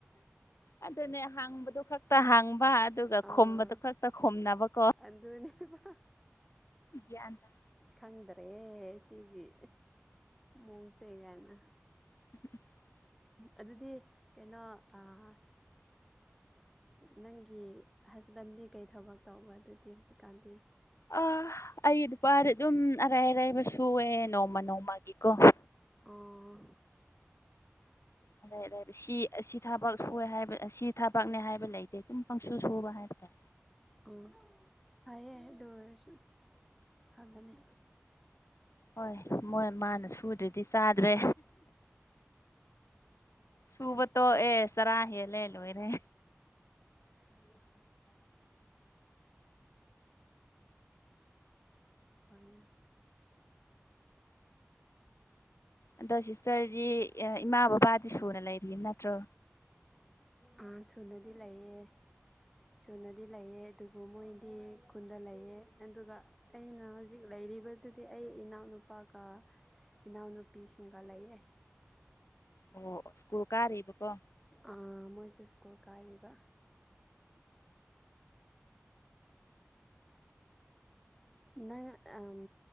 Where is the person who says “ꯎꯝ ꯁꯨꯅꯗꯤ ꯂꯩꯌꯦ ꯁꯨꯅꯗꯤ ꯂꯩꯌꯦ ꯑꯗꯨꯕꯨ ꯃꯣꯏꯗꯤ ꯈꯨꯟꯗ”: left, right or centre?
Centre